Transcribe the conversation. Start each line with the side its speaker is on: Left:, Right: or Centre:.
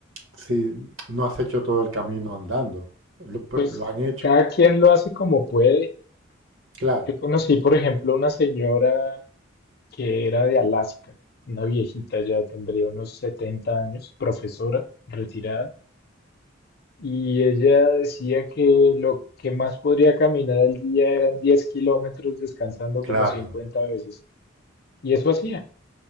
Right: si no has hecho todo el camino andando, lo, pero
Left: Pues
Right: lo han hecho,
Left: cada quien lo hace como puede.
Right: claro,
Left: Yo conocí, por ejemplo, una señora que era de Alaska, una viejita ya tendría unos 70 años, profesora, retirada, y ella decía que lo que más podría caminar al día eran 10 kilómetros descansando
Right: claro,
Left: como 50 veces. Y eso hacía.